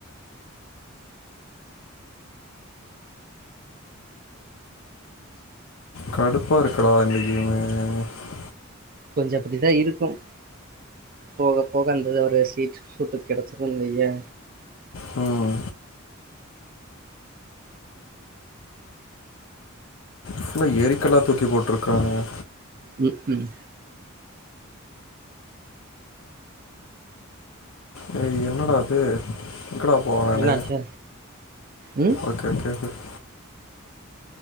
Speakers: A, on the left; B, on the right.
A: கடுப்பா இருக்குடா <unintelligible>
B: கொஞ்சோ அப்புடிதா இருக்கும் போக போக அந்த ஒரு சீட் சூட்டுக் கெடச்சிருன் வெய்யே
A: ம் ஃபுல்லா ஏரிக்கல்லா தூக்கி போட்ருக்குறானுங்க
B: ம் ம்
A: ஏ என்னடா அது க்கடா போவே
B: என்னாச்சு
A: நானு
B: ம்
A: ஓகே ஓகே கு <inaudible>